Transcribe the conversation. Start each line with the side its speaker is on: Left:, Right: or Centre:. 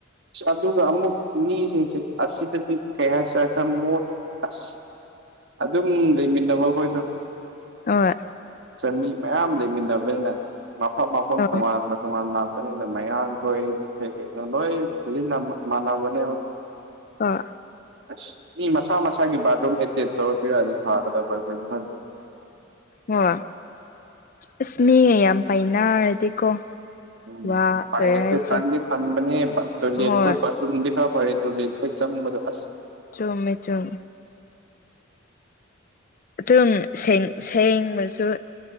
Right: ꯑꯗꯨꯒ ꯑꯃꯨꯛ ꯃꯤꯁꯤꯡꯁꯦ ꯑꯁꯤꯗꯗꯤ ꯀꯩꯍꯥꯏꯁꯤꯔꯥ ꯈꯔꯥ ꯃꯣꯠ ꯑꯁ ꯑꯗꯨꯝ ꯂꯩꯃꯤꯟꯅꯕ ꯑꯈꯣꯏꯗꯣ
Left: ꯍꯣꯏ
Right: ꯃꯤ ꯃꯌꯥꯝ ꯂꯩꯃꯤꯟꯅꯕꯅꯤꯅ ꯃꯐꯝ ꯃꯐꯝ
Left: ꯍꯣꯏ
Right: ꯇꯣꯉꯥꯟꯅ ꯇꯣꯉꯥꯟ ꯃꯌꯥꯡ ꯍꯣꯏ ꯀꯩꯀꯩ ꯂꯣꯏ ꯃꯥꯅꯕꯅꯦꯕꯥ
Left: ꯑꯥ
Right: ꯑꯁ ꯃꯤ ꯃꯁꯥ ꯃꯁꯥꯒꯤ ꯕꯥꯠꯔꯨꯝ ꯑꯦꯇꯦꯆ ꯇꯧꯔ ꯄꯤꯔꯝꯅꯤ ꯐꯥꯒꯥꯗꯕꯥ ꯈꯣꯏꯗꯨ
Left: ꯍꯣꯏ ꯑꯁ ꯃꯤ ꯌꯥꯝ ꯄꯥꯏꯅꯔꯗꯤꯀꯣ
Right: ꯎꯝ
Left: ꯋꯥ
Right: ꯄꯥꯏ
Left: ꯀꯔꯤ
Right: ꯂꯩꯇꯦ
Left: ꯍꯥꯏꯁꯤꯔ
Right: ꯇꯥꯟꯗꯤ ꯇꯥꯟꯕꯅꯦ ꯇꯣꯏꯂꯦꯠ
Left: ꯍꯣꯏ
Right: ꯈꯣꯏ ꯔꯨꯝꯗꯤ ꯈꯔꯥ ꯐꯥꯔꯤ ꯇꯣꯏꯂꯦꯠ ꯈꯣꯏ ꯆꯪꯕꯥꯗ ꯑꯁ
Left: ꯆꯨꯝꯃꯦ ꯆꯨꯝꯃꯦ ꯑꯗꯨꯝ ꯁꯦꯡꯔꯥꯁꯨ